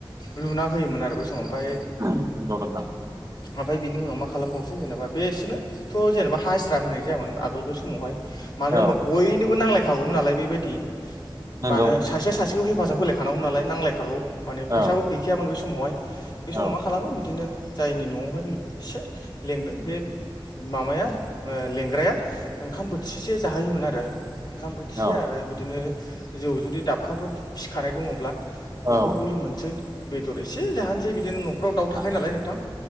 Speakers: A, on the left; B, on the right.
A: लुना होयोमोन आरो बै समाव। ओमफ्राय
B: औ नोंथां।
A: ओमफ्राय बिनि उनाव मा खालामबावसै जेनेबा बेसोरनो थ' जेनेबा हासिरा होनाय जायामोन आगोल बे समावहाय। मानो होनबा
B: औ
A: बयनोबो नांलायखागौमोन नालाय बेबायदि
B: नंगौ
A: मानो सासेया सासेखौ हेफाजाब होलायख थानांगौमोन नालाय नांलायखागौ माने
B: औ
A: फैसाबो गैखायामोन बे समावहाय बे समाव
B: औ
A: मा खालामो बिदिनो जायनि न'आवहाय एसे लेंदों बे माबाया ओ लेंग्राया ओंखाम बोथिसे जाहोयोमोन आरो। ओंखाम बोथिसे
B: औ
A: आरो बिदिनो जौ जुदि दाबखाफ्राव फिखानाय दङब्ला बेफोरखौ
B: औ
A: लोंहोसै बेदर एसे जाहोनसै बिदिनो न' फ्राव दाउ थाखायो
B: नंगौ
A: नालाय नोंथां